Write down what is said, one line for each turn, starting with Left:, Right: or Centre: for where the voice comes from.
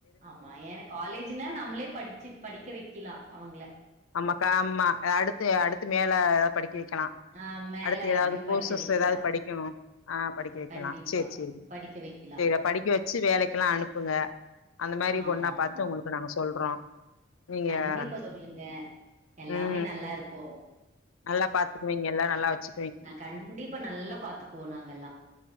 Right: ஆமா ஏனா காலேஜுனா நம்மளே படிச்சு படிக்க வெக்கிலா அவங்கள
Left: ஆமாக்கா ஆம்மா அடுத்து அடுத்து மேல ஏதாது படிக்க வக்கெலா
Right: ஆ மேல
Left: அடுத்து ஏதாது
Right: அப்டியே
Left: கோர்சஸ்
Right: படிக்க வெக்கலா
Left: ஏதாது படிக்கணு ஆ படிக்க வக்கெலா
Right: கண்டிப்பா
Left: செரி செரி
Right: படிக்க வெக்கலா
Left: செரி அப் படிக்க வச்சு வேலைக்கெல்லா அனுப்புங்க அந்த மாரி
Right: ஆமா
Left: பொண்ணா
Right: ஆமா
Left: பாத்து
Right: ஆமா.
Left: ஒங்களுக்கு நாங்க சொல்றோ நீங்க
Right: கண்டிப்பா சொல்லிருங்க எல்லாமே
Left: ம்
Right: நல்லா இருப்போ
Left: நல்லா பாத்துக்குவீங்கல்ல நல்லா வச்சு
Right: நா கண்டிப்பா நல்லா பாத்துக்குவோ நாங்கல்லா